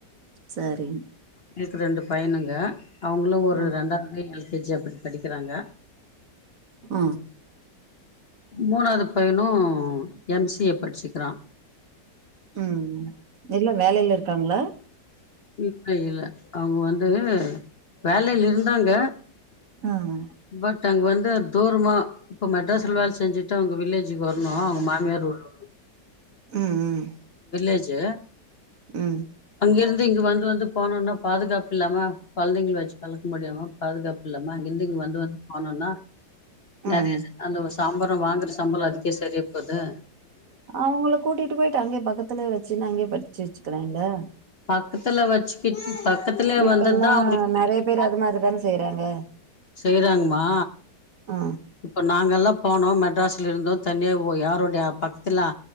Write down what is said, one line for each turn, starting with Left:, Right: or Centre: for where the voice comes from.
Right: சரி
Left: னுக்கு ரெண்டு பையனுங்க அவுங்களு ஒரு
Right: ம்
Left: ரெண்டாவ்து எல் கே ஜி யோ அப்டி படிக்கிறாங்க
Right: அ
Left: மூணாவது பையனு எம் சி ஏ படிச்சிக்கிறா
Right: ம் ம் எல்லா வேலைல இருக்காங்ளா
Left: இப்ப இல்ல அவுங்கொ வந்து வேலையில் இருந்தாங்க
Right: ம்
Left: பட் அங்க வந்து தூரமா இப்ப மெட்ராஸ்ல வேல செஞ்சுட்டு அவுங்க வில்லேஜ் ஜுகு வர்ணு அவுங்க மாமியார் ஊரு
Right: ம் ம்
Left: வில்லேஜு
Right: ம்
Left: இங்கருந்து இங்க வந்து வந்து போனுனா பாதுகாப்பு இல்லாம கொழந்தைங்கள வச்சு முடியாம பாதுகாப்பு இல்லாம அங்கிருந்து இங்க வந்து வந்து போனோனா
Right: ம்
Left: நறைய ச அந்த சாம்பார் அதுக்கே சரியா போதே
Right: அவ்ங்கள கூட்டிட்டு போயிட்டு அங்கயே பக்கத்துல வச்சுன்னு அங்கேயே படிச்சு வச்சுக்கிறேங்கல்ல
Left: பக்கத்துல வச்சுக்கிட்டு பக்கத்துல
Right: இப்பல்லா
Left: வந்ததுதா அவுங்களுக்கு
Right: நெறைய
Left: பெரிய
Right: பேரு
Left: <unintelligible>
Right: அது மாரிதான செய்யறாங்க
Left: செய்றாங்மா
Right: ஆ
Left: இப்ப நா அங்கெல்லா போனோ மெட்ராஸ்ல இருந்தோ தனியா ஓ யாரோடைய பக்த்ல